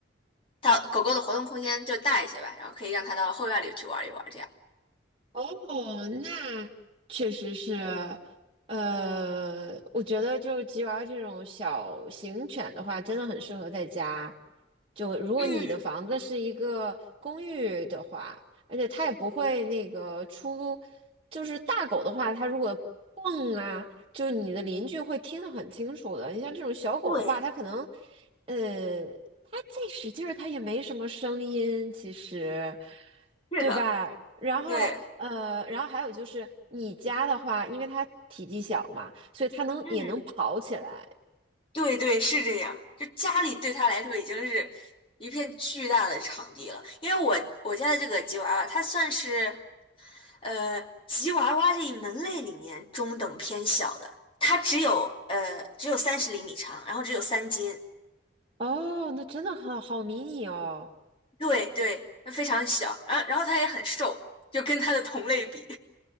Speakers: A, on the left; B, on the right.
A: 它狗狗的活动空间就大一些吧，然后可以让它到后院里去玩一玩，这样。
B: 哦，那确实是，呃，我觉得就是吉娃娃这种小型犬的话，真的很适合在家。就如果你的房子是一个公寓的话，
A: 嗯，
B: 而且它也不会那个出，就是大狗的话，它如果蹦啊，就你的邻居会听得很清楚的。你像这种小狗的话，
A: 对，
B: 它可能，呃，它再使劲儿，它也没什么声音，其实。
A: 是的，
B: 对吧？然后呃，
A: 对，
B: 然后还有就是你家的话，因为它体积小嘛，所以它能也能跑起来。
A: 嗯，对对，是这样。就家里对它来说已经是一片巨大的场地了，因为我我家的这个吉娃娃，它算是呃吉娃娃这一门类里面中等偏小的，它只有呃只有三十厘米长，然后只有三斤，
B: 哦，那真的好好迷你哦。
A: 对对，它非常小，然后然后它也很瘦，就跟它的同类比。